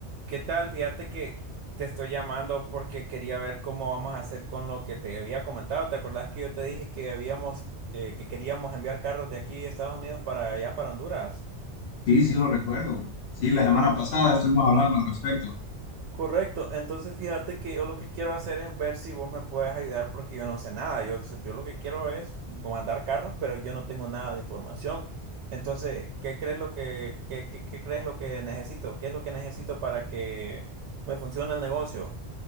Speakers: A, on the right; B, on the left.
A: ¿Qué tal? Fíjate que te estoy llamando porque quería ver cómo vamos a hacer con lo que te había comentado. ¿Te acordás que yo te dije que habíamos, eh, que queríamos enviar carros de aquí de Estados Unidos para allá, para Honduras?
B: Sí, sí lo recuerdo. Sí,
A: Fíjate.
B: la semana pasada estuvimos hablando al respecto.
A: Correcto. Entonces fíjate que yo lo que quiero hacer es ver si vos me puedes ayudar porque yo no sé nada. Yo, yo lo que quiero es mandar carros, pero yo no tengo nada de información. Entonces, ¿qué crees lo que, qué, qué qué crees lo que necesito? ¿Qué es lo que necesito para que me funcione el negocio?